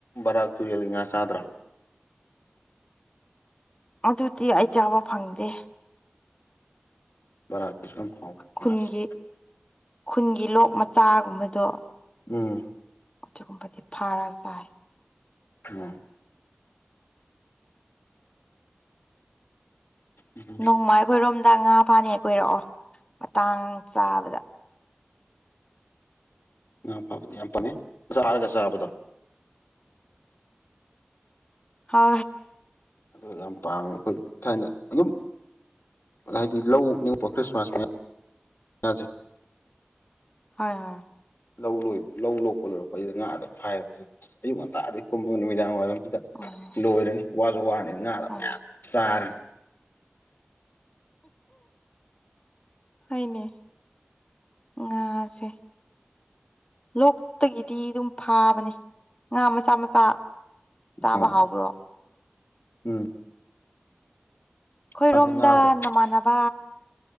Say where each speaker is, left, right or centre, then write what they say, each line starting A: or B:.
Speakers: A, on the left (about 65°); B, on the left (about 25°).
A: ꯔ ꯇꯨꯔꯤꯜꯂꯤ ꯉꯁꯗ꯭ꯔꯣ
B: ꯑꯗꯨꯗꯤ ꯑꯩ ꯆꯥꯕ ꯐꯪꯗꯦ
A: ꯎꯝ ꯔꯥ ꯄꯁꯨꯝ ꯍꯕꯅꯤꯁ
B: ꯈꯨꯟꯒꯤ ꯈꯨꯟꯒꯤ ꯂꯣꯛ ꯃꯆꯥꯒꯨꯝꯕꯗꯣ
A: ꯎꯝ
B: ꯑꯗꯨꯒꯨꯝꯕꯗꯤ ꯐꯥꯔꯁꯤ ꯆꯥꯏ
A: ꯎꯝ ꯎꯝ
B: ꯅꯣꯡꯃꯥꯏ ꯈꯣꯏꯔꯣꯝ ꯍꯗ ꯉꯥ ꯐꯥꯅꯤ ꯀꯣꯏꯔꯛꯑꯣ ꯃꯇꯥꯡ ꯆꯥꯕꯗ
A: ꯉꯥ ꯐꯥꯕꯗꯤ ꯌꯥꯝ ꯐꯥꯅꯤ ꯆꯥꯔꯒ ꯆꯥꯕꯗꯣ
B: ꯍ
A: ꯑꯗꯨ ꯌꯥꯝ ꯄꯥꯡꯝꯉ ꯑꯩꯈꯣꯏ ꯊꯥꯏꯅ ꯑꯗꯨꯝ ꯍꯥꯏꯗꯤ ꯂꯧ ꯅꯤꯡꯄ ꯈ꯭ꯔꯤꯁꯃꯥꯁ ꯃꯖꯩ
B: ꯍꯣꯏ ꯍꯣꯏ
A: ꯂꯧ ꯂꯣꯏꯕ ꯂꯧ ꯂꯣꯛꯄ ꯂꯣꯏꯔꯛꯄꯩꯁꯤꯗ ꯉꯥ ꯑꯗꯨꯝ ꯐꯥꯏꯔꯒ ꯑꯌꯨꯛ ꯉꯟꯇꯥꯗꯩ ꯀꯨꯝꯕꯒ ꯅꯨꯃꯤꯗꯥꯡ ꯋꯥꯏꯔꯝ
B: ꯎꯝ
A: ꯂꯣꯏꯔꯅꯤ ꯋꯥꯁꯨ ꯋꯥꯔꯅꯤ ꯉꯥꯗꯕ
B: ꯍꯣꯏ
A: ꯃꯌꯥꯝ ꯆꯥꯔꯅꯤ
B: ꯍꯅꯦ ꯉꯥꯁꯦ ꯂꯣꯛꯇꯒꯤꯗꯤ ꯑꯗꯨꯝ ꯐ ꯊꯥꯕꯅꯦ ꯉꯥ ꯃꯆꯥ ꯃꯆꯥ ꯆꯥꯕ
A: ꯑꯣ
B: ꯍꯥꯎꯕ꯭ꯔꯣ
A: ꯎꯝ
B: ꯑꯩꯈꯣꯏꯔꯣꯝꯗ
A: ꯍꯥꯏꯕꯗꯤ ꯉꯥ ꯑꯣꯏ
B: ꯅꯃꯥꯟꯅꯕ